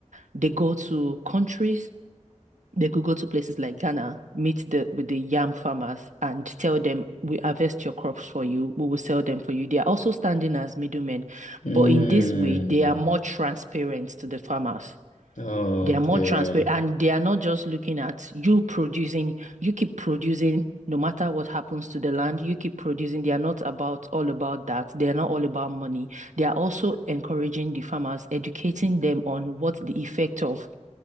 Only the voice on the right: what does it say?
they go to countries They could go to places like Ghana, meet the with the yam farmers and tell them, we harvest your crops for you, we will sell them for you. They are also standing as middlemen,
but in this way, they are more transparent to the farmers.
They
are more transparent and they are not just looking at you producing, you keep producing no matter what happens to the land, you keep producing. They are not about all about that. They are not all about money. They are also encouraging the farmers, educating them on what the effect of